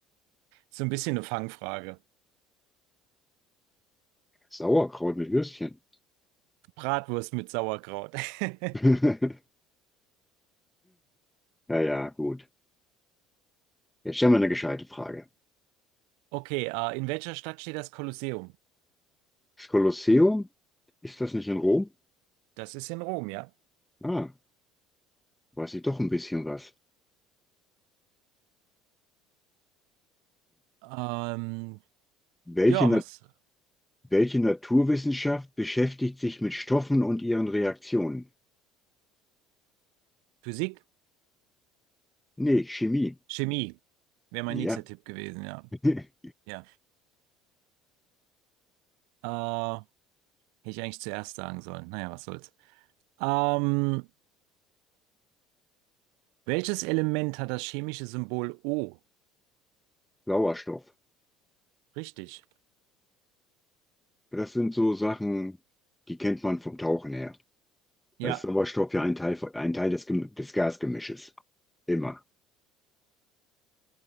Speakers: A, on the right (about 60°); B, in the centre.
A: So ein bisschen eine Fangfrage.
B: Sauerkraut mit Würstchen.
A: Bratwurst mit Sauerkraut. <laughs>
B: <laughs> Ja, ja, gut. Jetzt stellen wir eine gescheite Frage.
A: Okay, äh, in welcher Stadt steht das Kolosseum?
B: Das Kolosseum, ist das nicht in Rom?
A: Das ist in Rom, ja.
B: Ah, weiß ich doch ein bisschen was.
A: Ähm,
B: Welche,
A: ja,
B: Na
A: was?
B: welche Naturwissenschaft beschäftigt sich mit Stoffen und ihren Reaktionen?
A: Physik?
B: Nee, Chemie.
A: Chemie wäre mein
B: Ja,
A: nächster Tipp gewesen, ja.
B: <laughs>
A: Ja. Äh, Hätte ich eigentlich zuerst sagen sollen. Naja, was soll's. Ähm, welches Element hat das chemische Symbol O?
B: Sauerstoff.
A: Richtig.
B: Das sind so Sachen, die kennt man vom Tauchen her.
A: Ja.
B: Da ist Sauerstoff ja ein Teil, von- ein Teil des, Gem- des Gasgemisches. Immer.